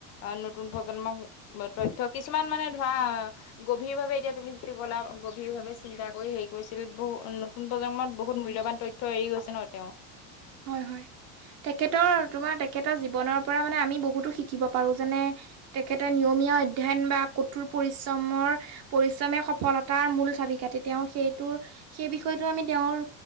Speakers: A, on the left; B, on the right.
A: অ', নতুন প্ৰজন্মক তথ্য কিছুমান মানে ধৰা গভীৰ ভাৱে এতিয়া তুমি যদি গ'লা গভীৰ ভাৱে চিন্তা কৰি হেৰি কৰিছিল বহু পোন প্ৰজন্মত বহুত মূল্যবান তথ্য এৰি গৈছে ন তেওঁ।
B: হয় হয় তেখেতৰ তোমাৰ তেখেতৰ জীৱনৰ পৰা মানে আমি বহুতো শিকিব পাৰোঁ যেনে তেখেতে নিয়মীয়া অধ্যয়ন বা কঠোৰ পৰিশ্ৰমৰ পৰিশ্ৰমে সফলতাৰ মূল চাবি কাটি তেওঁৰ সেইটোৰ সেই বিষয়টো আমি তেওঁৰ